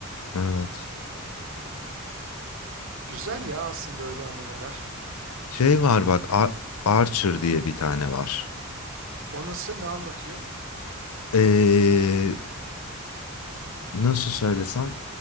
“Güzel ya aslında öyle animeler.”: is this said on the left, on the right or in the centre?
Right